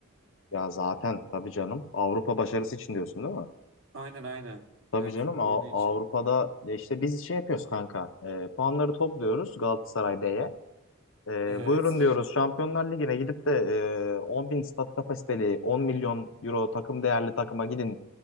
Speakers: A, on the left (about 60°); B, on the right (about 65°).
A: Ya zaten tabii canım. Avrupa başarısı için diyorsun değil mi?
B: Aynen aynen.
A: Tabii
B: Yani
A: canım
B: Türk puanı
A: Av-
B: için.
A: Avrupa'da ya işte biz şey yapıyoruz kanka. Eee, puanları topluyoruz Galatasaray B'ye. E,
B: Evet.
A: buyurun diyoruz. Şampiyonlar Ligi'ne gidip de e, 10 bin stat kapasiteli 10 milyon euro takım değerli takıma gidin